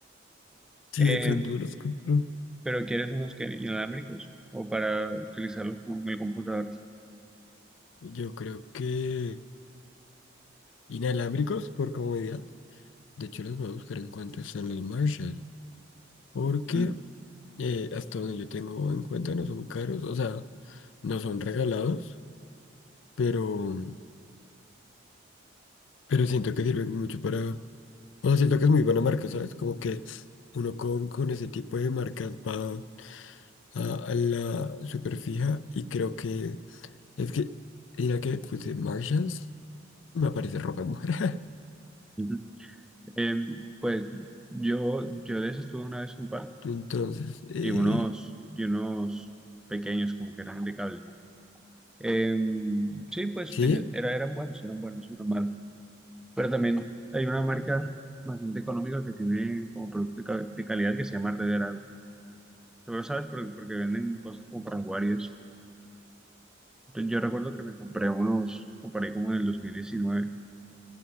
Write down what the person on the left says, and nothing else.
Sí,
de pronto los compro.
Yo creo que inalámbricos por comodidad. De hecho, los voy a buscar en cuanto están los Marshall. Porque
eh, hasta donde yo tengo en cuenta no son caros, o sea, no son regalados, pero, pero siento que sirven mucho para... O sea, siento que es muy buena marca, ¿sabes? Como que uno con, con ese tipo de marcas va a, a la superfija y creo que es que mira que puse Marshalls me aparece ropa de mujer
<laughs> entonces eh,
sí